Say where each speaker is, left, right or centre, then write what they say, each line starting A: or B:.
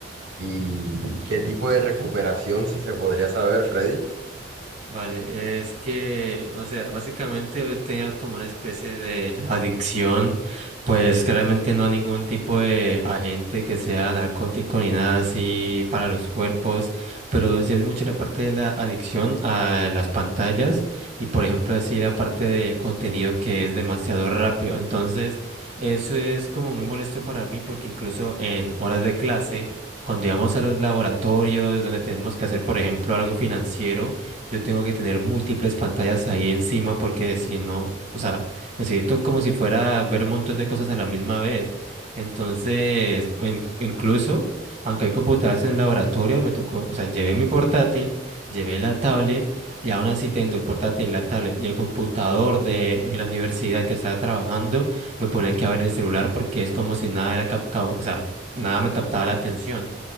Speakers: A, on the right (about 80°); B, on the right (about 40°).
A: y qué tipo de recuperación, si se podría saber, Freddy.
B: Vale, es que, o sea, básicamente yo tenía como una especie de adicción, pues claramente no a ningún tipo de agente que sea narcótico ni nada así para los cuerpos, pero sí es mucho la parte de la adicción a las pantallas y por ejemplo así la parte del contenido que es demasiado rápido. Entonces, eso es como muy molesto para mí porque incluso en horas de clase, cuando íbamos a los laboratorios donde tenemos que hacer, por ejemplo, algo financiero, yo tengo que tener múltiples pantallas ahí encima porque si no, o sea, necesito como si fuera ver un montón de cosas a la misma vez. Entonces, en- incluso, aunque hay computadoras en el laboratorio, me tocó, o sea, llevé mi portátil, llevé la tablet y aún así tengo el portátil, la tablet y el computador de eh, la universidad que estaba trabajando, me ponía aquí a ver el celular porque es como si nada era cap- ca- o sea, nada me captaba la atención.